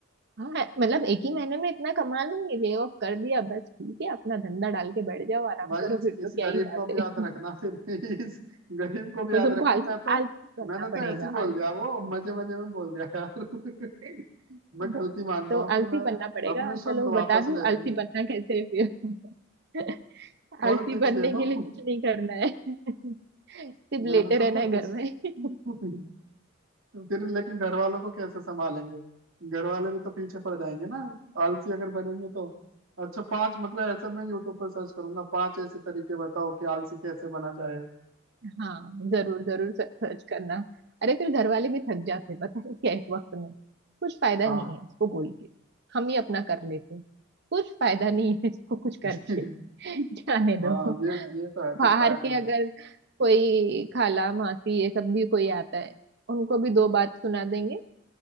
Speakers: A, on the right; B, on the right.
A: हाँ मतलब एक ही महीने में इतना कमा लूंगी ले ऑफ कर दिया बस ठीक है अपना धंधा डाल के बैठ जाओ आराम
B: भाई
A: करो
B: इस
A: फिर
B: इस
A: तो क्या
B: गरीब
A: ही बात
B: को भी
A: है
B: याद रखना
A: <laughs>
B: फिर इस गरीब को
A: तो
B: भी याद
A: तुमको
B: रखना
A: आलसी
B: मैं तो
A: आलसी बनना
B: मैंने तो
A: पड़ेगा
B: ऐसे ही बोल
A: आलसी
B: दिया वो
A: बनना
B: मजे मजे में बोल दिया यार मैं
A: हम्म।
B: गलती मानता
A: तो
B: हूँ अपनी
A: आलसी
B: मैं
A: बनना पड़ेगा
B: अपने शब्द
A: चलो बता
B: वापस
A: दूं
B: लेता
A: आलसी
B: हूँ
A: बनना कैसे है फिर <laughs>
B: थोड़ा
A: आलसी
B: टिप्स
A: बनने
B: दे
A: के
B: दो
A: लिए कुछ नहीं करना है <laughs> सिर्फ
B: मैंने
A: लेटे
B: तो
A: रहना
B: गलती
A: है घर
B: से-
A: में <laughs>
B: फिर लेकिन घर वालों को कैसे संभालेंगे घर वाले भी तो पीछे पड़ जाएंगे ना आलसी अगर बनेंगे तो अच्छा पांच मतलब ऐसे मैं यूट्यूब पर सर्च करूंगा पांच ऐसे तरीके बताओ कि आलसी कैसे बना जाए
A: हाँ जरूर जरूर सर्च करना अरे फिर घर वाले भी थक जाते हैं पता है क्या एक वक्त में कुछ फायदा
B: हाँ
A: नहीं है इसको बोल के हम ही अपना कर लेते हैं। कुछ फायदा नहीं है इसको कुछ करके
B: <laughs>
A: <laughs> जाने
B: हाँ
A: दो
B: ये ये तो है कुछ
A: बाहर
B: फायदा
A: के
B: नहीं
A: अगर कोई खाला मासी ये सब भी कोई आता है उनको भी दो बात सुना देंगे